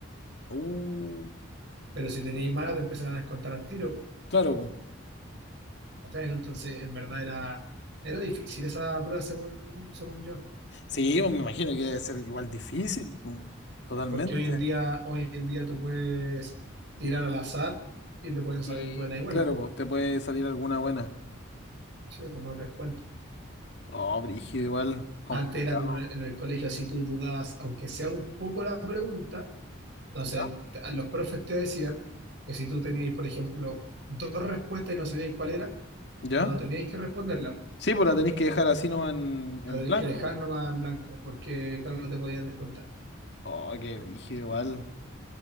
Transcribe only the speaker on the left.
Uh,
claro,
Sí, pues me imagino que debe ser igual difícil, pues, totalmente.
Y
claro,
pues te puede salir alguna buena.
Oh, brígido, igual, complicado.
¿Ya?
¿Ya?
Sí, pues la tenéis que dejar así nomás en, en
blanco.
Oh, qué brígido, igual.